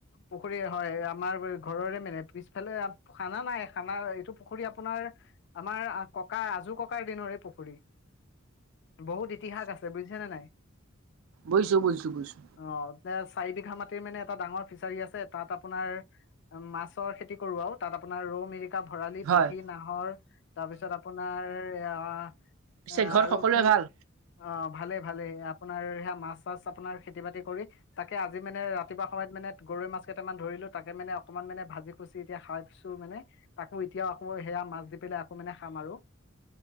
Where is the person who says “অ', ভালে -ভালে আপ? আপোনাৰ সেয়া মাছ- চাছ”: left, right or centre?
Left